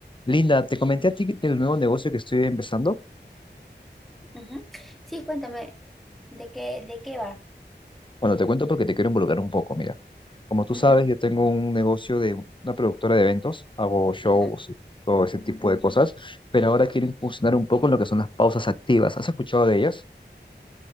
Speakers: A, on the left; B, in the centre.
A: Linda, te comenté a ti del nuevo negocio que estoy empezando.
B: Ujú. Sí, cuéntame, ¿de qué, de qué va?
A: Bueno, te cuento porque te quiero involucrar un poco. Mira, como tú
B: Ujú,
A: sabes, yo tengo un negocio de una productora de eventos, hago shows
B: ujú.
A: y todo ese tipo de cosas, pero ahora quiero incursionar un poco en lo que son las pausas activas. ¿Has escuchado de ellas?